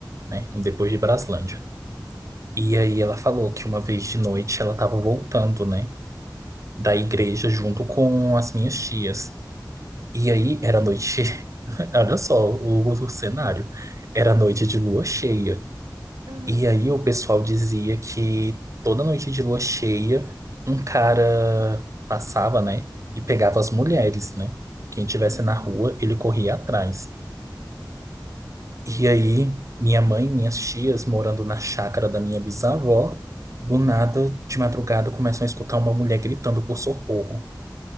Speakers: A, on the right (about 45°); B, on the right (about 75°).
A: né? Depois de Braslândia.
B: Uhum.
A: E aí ela falou que uma vez de noite ela estava voltando, né, da igreja junto com as minhas tias. E aí era noite, <laughs> olha só o, o cenário. Era noite de lua cheia.
B: Aham.
A: E aí o pessoal dizia que toda noite de lua cheia, um cara passava, né, e pegava as mulheres, né? Quem tivesse
B: Uhum.
A: na rua, ele corria atrás.
B: Sim.
A: E aí
B: Deus,
A: minha mãe
B: que horror.
A: e minhas tias, morando na chácara da minha bisavó, do nada, de madrugada, começam a escutar uma mulher gritando por socorro.